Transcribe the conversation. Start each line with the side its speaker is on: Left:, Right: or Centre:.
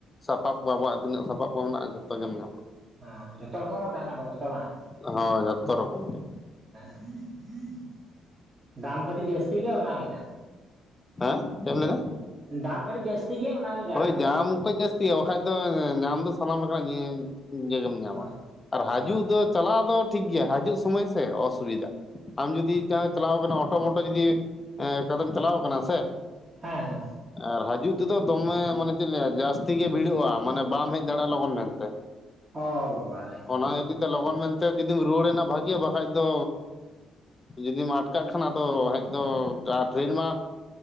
Left: ᱥᱟᱯᱟᱵ ᱠᱚ ᱟᱵᱚᱣᱟᱜ ᱛᱤᱱᱟᱹᱜ ᱥᱟᱯᱟᱵ ᱠᱚ ᱢᱮᱱᱟᱜᱼᱟ ᱡᱷᱚᱛᱚ ᱜᱮᱢ ᱧᱟᱢ ᱠᱚ
Right: ᱦᱮᱸ ᱡᱚᱛᱚ ᱨᱚᱠᱚᱢ ᱜᱮ ᱛᱟᱦᱮᱞᱮ ᱵᱮᱵᱚᱥᱛᱷᱟ ᱵᱟᱝ
Left: ᱦᱸ ᱡᱚᱛᱚ ᱨᱚᱠᱚᱢ ᱜᱮ
Right: ᱦᱮᱸ ᱫᱟᱢ ᱠᱟᱹᱴᱤᱡ ᱡᱟᱹᱥᱛᱤ ᱜᱮᱭᱟ ᱚᱱᱟ ᱜᱮ ᱱᱦᱸᱟᱜ
Left: ᱦᱮᱸ ᱪᱮᱫ ᱮᱢ ᱞᱟᱹᱭ ᱮᱫᱟ
Right: ᱫᱟᱢ ᱠᱟᱹᱴᱤᱡ ᱡᱟᱹᱥᱛᱤ ᱛᱤ‌ ᱜᱮ ᱚᱱᱟᱜᱮ ᱡᱟ
Left: ᱦᱳᱭ
Right: ᱟᱨᱠᱤ
Left: ᱡᱟᱢᱠᱚᱡ ᱡᱟᱹᱥᱛᱤ ᱭᱟ ᱵᱟᱠᱷᱟᱡ ᱫᱚ ᱧᱟᱢ ᱫᱚ ᱥᱟᱱᱟᱢ ᱞᱮᱠᱟᱱᱟᱜ ᱡᱮᱞ ᱮᱢ ᱧᱟᱢᱟ
Right: ᱚ
Left: ᱟᱨ ᱦᱟᱡᱩᱜ
Right: ᱚ
Left: ᱫᱚ ᱪᱟᱞᱟᱜ ᱫᱚ ᱴᱷᱤᱠ ᱜᱮᱭᱟ ᱦᱟᱡᱩᱜ ᱥᱚᱢᱚᱭ ᱥᱮ ᱚᱥᱩᱵᱤᱫᱟ ᱟᱢ ᱡᱩᱫᱤ ᱡᱟᱦᱟᱸ ᱪᱟᱞᱟᱣ ᱠᱟᱱᱟ ᱚᱴᱳ ᱢᱚᱴᱳ ᱡᱩᱫᱤᱢ ᱠᱟᱫᱢ ᱪᱟᱞᱟᱣ ᱠᱟᱱᱟ ᱥᱮ
Right: ᱦᱮᱸ ᱦᱮᱸ
Left: ᱟᱨ ᱦᱟᱹᱡᱩᱜ ᱛᱮᱫᱚ ᱫᱚᱢᱮ ᱢᱟᱱᱮ ᱪᱮᱫ ᱞᱟᱹᱭᱟ ᱡᱟᱹᱥᱛᱤ ᱜᱮ ᱵᱷᱤᱲᱚᱜᱼᱟ ᱢᱟᱱᱮ ᱵᱟᱢ ᱦᱮᱡ ᱫᱟᱲᱮᱭᱟᱜᱼᱟ ᱞᱚᱜᱚᱱ ᱢᱮᱱᱛᱮ
Right: ᱚ ᱵᱟᱵᱟ ᱨᱮ
Left: ᱚᱱᱟ ᱤᱫᱤ ᱛᱮ ᱞᱚᱜᱚᱱ ᱢᱮᱱᱛᱮ ᱡᱩᱫᱤᱢ ᱨᱩᱣᱟᱹᱲᱮᱱᱟ ᱵᱷᱟᱹᱜᱤ ᱵᱟᱠᱷᱟᱡ ᱫᱚ ᱡᱩᱫᱤᱢ ᱟᱴᱠᱟᱜ ᱠᱷᱟᱱ ᱟᱫᱚ ᱦᱮᱡ ᱫᱚ ᱴᱨᱮᱱ ᱢᱟ